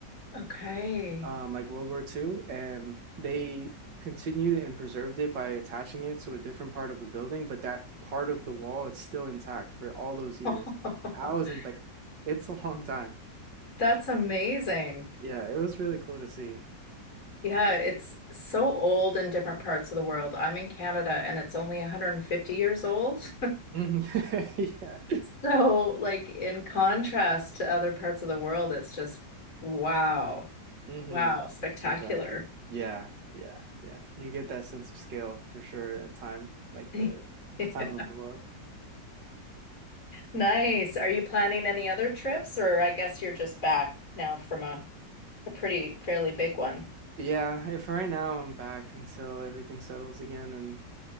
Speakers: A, on the left (about 45°); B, on the right (about 75°).
A: okay.
B: um like World War Two, and they continued and preserved it by attaching it to a different part of a building but that part of the wall it's still intact for all those years
A: <laughs>
B: thousands like it's a long time
A: That's amazing.
B: yeah it was really cool to see
A: Yeah, it's so old in different parts of the world. I'm in Canada and it's only 150 years old.
B: <laughs> yeah
A: So, like in contrast to other parts of the world, it's just wow,
B: hmm
A: wow, spectacular.
B: Exactly. Yeah, yeah, yeah. You get that sense of scale for sure and time, like
A: <laughs>
B: the time of the world.
A: Nice. Are you planning any other trips, or I guess you're just back now from a, a pretty fairly big one?
B: Yeah, if right now I'm back until everything settles again and